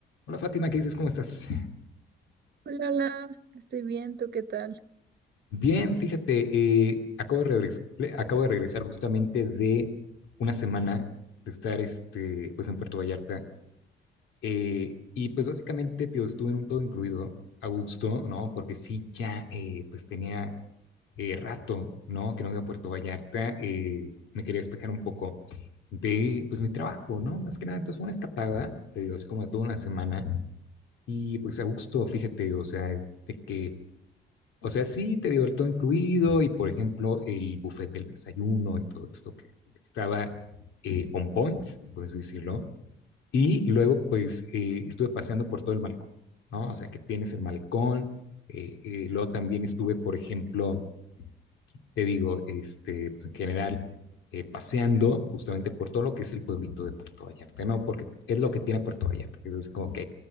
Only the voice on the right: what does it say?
Hola, la, estoy bien, ¿tú qué tal?